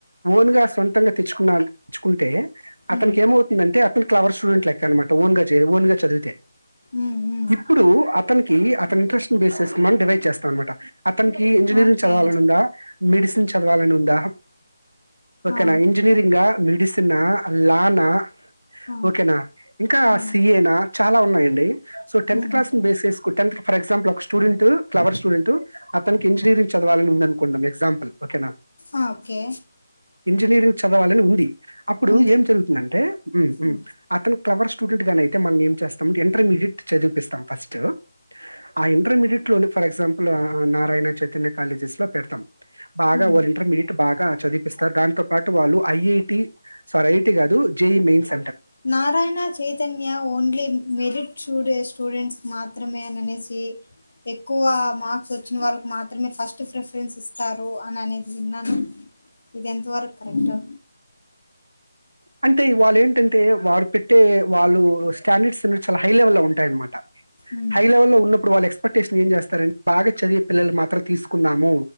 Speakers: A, on the right (about 75°); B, on the left (about 50°).
A: ఓన్‌గా సొంతంగా తెచ్చుకున్నా తెచ్చుకుంటే అతనికి
B: ఉమ్
A: ఏమవ్ అంటే అతను క్లవర్ స్టూడెంట్ లెక్క అన్నమాట ఓన్ గా చెయ్ ఓన్ గా చదివితే
B: ఉమ్ ఉమ్
A: ఇప్పుడు అతనికి అతని ఇంట్రెస్ట్ని బేస్ చేసుకుని మనం డివైడ్ చేస్తా అన్నమాట అతనికి ఇంజనీరింగ్
B: ఓకే
A: చదవాలనుందా మెడిసిన్ చదవాలని ఉందా ఓకేనా
B: ఆ
A: ఇంజినీరింగా మె విసిన లా నా
B: ఆ
A: ఓకేనా ఇంకా
B: ఆ
A: సి ఏ నా చాలా ఉన్నాయం సో టెన్త్
B: ఉమ్
A: క్లాస్ ను బేస్ చేసుకో టెన్త్ కి ఫర్ ఎగ్జాంపుల్ ఒక స్టూడెం ట్ క్లవర్ స్టూడెంట్ అతనికి ఇంజనీరింగ్ చదవాలని ఉంద అనుకుందాం ఎ గ్జాంపుల్ ఓకేనా
B: ఆ ఓకే
A: ఇంజనీరింగ్ చదవాలని ఉంది అప్పుడు
B: ఉంది
A: ఏం జరుగుతుందంటే ఉఉ
B: ఆ
A: అతను క్లవర్ స్టూడెంట్ గానీ అయితే మనం ఏం చేస్తాం ఇంటర్ మీడియట్ చదివిపిస్తాం ఫస్ట్ ఆ ఇంటర్మీడియట్ ట్లోని ఫర్ ఎగ్జాపుల్ ఆహా నారాయణ చైతన్య కాలేజెస్ లో పెడతాం బాగా
B: ఉమ్
A: వాళ్ ఇంటర్మీడియేట్ బాగా చదిపిస్తారు దాంతో పాటు వాళ్ళు ఐఐటి స్వారీ ఐఐటి కాదు JEE mains
B: Narayana Chaitanya only merit చూడే స్టూడెంట్స్ మాత్రమే అనేసి ఏ ఎక్కువ మార్క్స్ వ వచ్చిన వాళ్ళకి మాత్రమే ఫస్ట్ ప్రిఫరెన్స్ ఇస్తారు అవునా నీది విన్నాను ఇది ఎంత వరకు కరెక్టో
A: అంటే వాళ్ళు ఏంటంటే వారు పెట్టే వాళ్ళు స్టాండర్డ్స్ అనే చాలా హై లెవెల్ లో ఉంటాయనమాట
B: ఉమ్
A: హై లెవెల్ లో ఉన్నప్పుడు వాళ్ళెక్స్ అప్పటేసి ఏం చేస్తారం బాగా చదివే పిల్లలు మాత్రం తీసుకుందాము